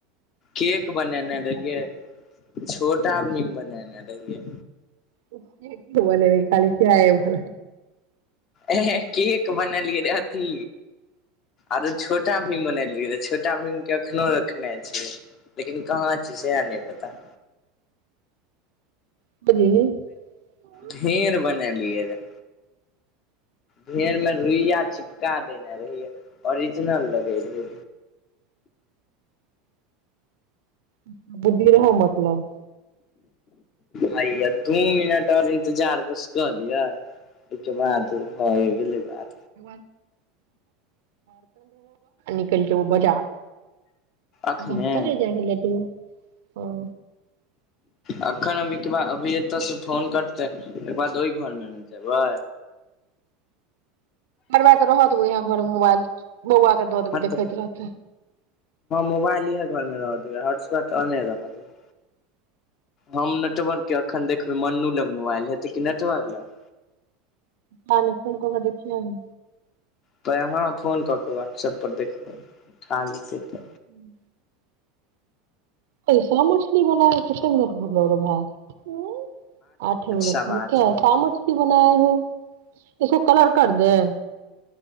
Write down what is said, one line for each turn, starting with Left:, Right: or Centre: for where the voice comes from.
Left: केक बनेने रहियै, छोटा भी बनेने रहियै।
Right: बनेने रहय, खाली किराया मे।
Left: एहेंहें केक बनलियै रहथि। आरो छोटा भीम बनेलियै र, छोटा भीम अखनहु रखने छियै, लेकिन कहां छै सएह नहि पता।
Right: <unintelligible>
Left: ढेर बनेलियै र भेल मे रुइया छै। क देने रहियै, ओरिजिनल लगै रहै।
Right: <unintelligible> बुद्धि रहै, मतलब।
Left: हइया दुइ मिनट और इंतजार बस क लियै, ओहिके बाद भ गेलै बात।
Right: <unintelligible> निकल जेबै बाजार।
Left: अखने
Right: बनथले जाइ छले तु, हं।
Left: अखैन हम एतबा अभी एत से फोन करतै, ओकर बाद ओहि घरमे ने जेबै।
Right: करबा के रह देबै, इहे घरमे मोबाइल। बौआ के दऽ देबै
Left: हां
Right: देखैत
Left: त
Right: रहतै
Left: मोबाइल इहे घरमे रह देबै, आज नेट औने रह देबै, हम नेटवर्क के एखन देखबै मन्नू लग मोबाइल हेतै, कि नेटवर्क लग?
Right: जाने कोन -कोना दय छियैन।
Left: त कहां फोन क के व्हाट्सऐप पर देखबै, उठा लेतै त।
Right: हुं। ऐसा मछली बनाय कतेक मिनट भेलौ रौ भाय। हुं उं। आठ मिनट
Left: सवा
Right: मे
Left: आठ
Right: किया
Left: मिनट
Right: तामस भेल। बना एगो, इसको कलर कर दें,